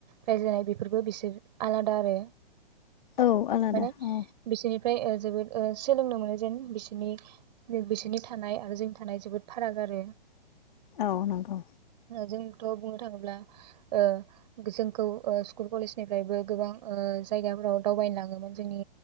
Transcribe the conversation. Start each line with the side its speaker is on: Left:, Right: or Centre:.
Right: रायज्लायनाय बे फोरबो बिसोर आलादा आरो।
Left: औ आलादा
Right: माने
Left: औ
Right: बिसोरनिफ्राय ओ जोबोद ओ सोलोंनो मोनो जेन बिसोरनि बिसोरनि थानाय आरो जोंनि थानाय जोबोद फाराग आरो
Left: औ नंगौ।
Right: जोंथ' बुंनो थाङोब्ला ओ जोंखौ ओ स्कुल कलेजनिफ्रायबो गोबां ओ जायगाफोराव दावबायनो लाङोमोन जोंनि